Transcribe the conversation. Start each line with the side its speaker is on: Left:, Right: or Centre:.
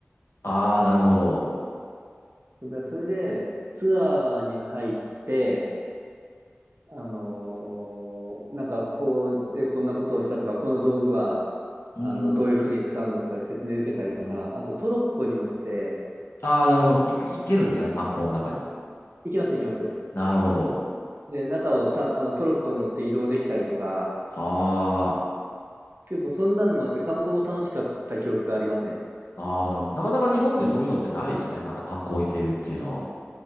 Left: ああ、なるほど。
Right: だそれでツアーに入って、あのーなんかここでこんなことをしたとか、この道具は
Left: うん。
Right: あのどういうふうに使うんだとか説明受けたりとか、
Left: うん
Right: あとトロッコに乗って
Left: ああ、なるほど。いく、いけるんですかね、炭鉱の中に。
Right: 行きます行きます。
Left: なるほど。
Right: で、中をた、あのトロッコに乗って移動できたりとか、
Left: あ
Right: 結構そんなのもあって観光も楽しかった記憶がありますね。
Left: あ、ああ、なるなかなか日本でそういうのってないですよね。なんか炭鉱行けるっていうのは。